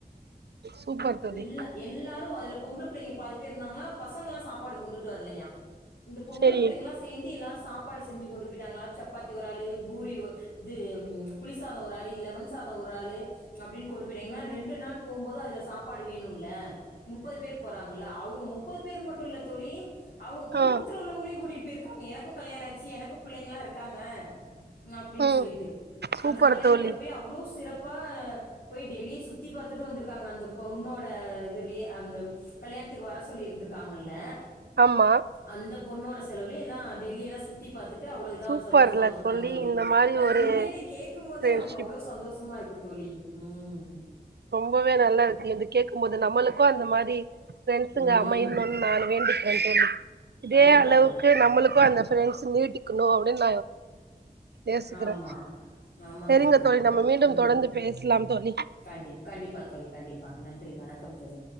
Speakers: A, on the right; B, on the left.
A: சூப்பர் தோழி
B: இல்ல எல்லாரு அதுல பொம்பள புள்ளைங்க பாதி பேருந்தாங்களா பசங்கல்லா சாப்பாடு கொண்டுட்டு வரலயா இந்த பொம்பள
A: செரி
B: புள்ளைங்களா சேந்து எல்லாரு சாப் பாடு செஞ்சு கொண்டு போயிட்டாங்களா சப்பாத்தி ஒராளு பூரி ஒ இது புளி சாதொ ஒராளு லெமன் சாத ஒராளு அப்டின் கொண்டு போயிட்டாங்கனா ரெண்டு நாள் போம்போது அதுல சாப்பாடு வேணும்ல முப்பது பேர் போறாங்கல்ல அவுங்க முப்பது பேர் மட்டுல்ல தோழி அவுங்க குடும்பத்துல
A: ஆ
B: உள்ளவங்களையு கூட்டிட் போயிரு க்காங்க எனக்கு கல்யாண ஆச்சு எனக்கு புள்ளைங்களா இருக்காங்க அப்டின்
A: ம்
B: சொல்லிட்டு
A: சூப்பர்
B: அந்த கல்யாணத்துல
A: தோழி
B: போய் அவ்ளோ சிறப்பா அ போய் டெல்லிய சுத்தி பாத் துட்டு வந்துருக்காங்க அந்த பொண்ணோட இதுலயே அந்த கல்யாணத்துக்கு வர சொல்லி இருந்துருக்காங்கல்ல
A: ஆமா
B: அந்தப் பொண்ணோட செலவுலே எல்லா டெல்லி எல்லா சுத்தி பாத்துட் டு அவ்ள இதா
A: சூப்பர்ல
B: சந்தோஷமா வந்துருக்காங்க தோழி
A: இந்த மாரி
B: அது
A: ஒரு
B: உண்மையிலே கேக்கும் போதே
A: ஃப்ரெண்ட்ஷிப்
B: நமக்கு அவ்ளோ சந்தோஷமா இருக்கு தோழி ம்
A: ரொம்பவே நல்லாருக்கு இது கேக்கும்போ து நம்மளுக்கு அந்த மா படி ஃப்ரண்ஸுங்க
B: ம்
A: அமையனுன் நானு வேண்டிக்கிறே தோழி இதே
B: கண்டிப்பா
A: அளவுக்கு
B: தோழி கண்டிப்பா
A: நம்மளுக்கும் அந்த சுய நீட்டிக்கணு அப்டினாயோ யோசிக்கிறே
B: ஆமா ஆமாம்
A: சரிங்க
B: கண்டிப்பா
A: தோழி நம்ம மீண்டும்
B: ம்
A: தொடர்ந்து பேசிலாம் தோழி
B: கண்டி கண்டிப்பா தோழி கண்டிப்பா நன்றி வணக்கம் தோழி